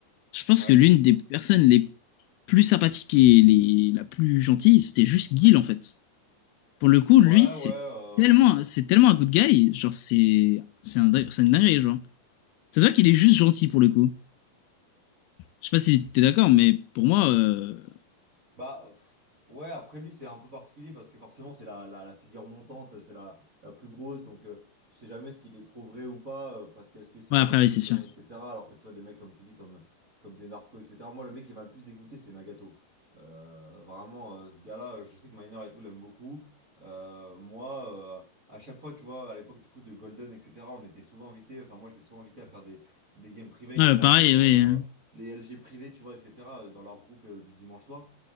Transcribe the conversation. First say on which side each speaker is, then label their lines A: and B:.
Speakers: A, on the left; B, on the right.
A: Je pense
B: Ouais.
A: que l'une des personnes les plus sympathiques et les... la plus gentille, c'était juste Guil en fait. Pour le coup,
B: Ouais,
A: lui, c'est
B: ouais. euh,
A: tellement, c'est tellement un good guy. Genre, c'est, c'est un, dingue- c'est une dinguerie, genre. Ça se voit qu'il est juste gentil pour le coup. Je sais pas si t'es d'accord, mais pour moi, euh,
B: Bah, pff, ouais, après lui, c'est un peu particulier parce que forcément, c'est la, la, la figure montante, c'est la, la plus grosse. Donc, euh, je sais jamais s'il est trop vrai ou pas, euh, parce que est-ce que c'est
A: ouais,
B: l'image
A: après, oui,
B: qu'il veut
A: c'est
B: se
A: sûr.
B: donner, etc. Alors que tu vois, des mecs, comme tu dis, comme, comme des narcos, etc. Moi, le mec qui m'a le plus dégoûté, c'est Nagato. Euh, vraiment, euh, ce gars-là, euh, je sais que Miner et tout l'aime beaucoup. Euh, moi, euh, à chaque fois, tu vois, à l'époque du coup de Golden, etc., on était souvent invités, enfin, moi, j'étais souvent invité à faire des, des games privés
A: Ouais,
B: dans leur,
A: pareil,
B: euh, dans
A: oui.
B: leur,
A: hein.
B: euh, les LG privés, tu vois, etc., euh, dans leur groupe euh, du dimanche soir.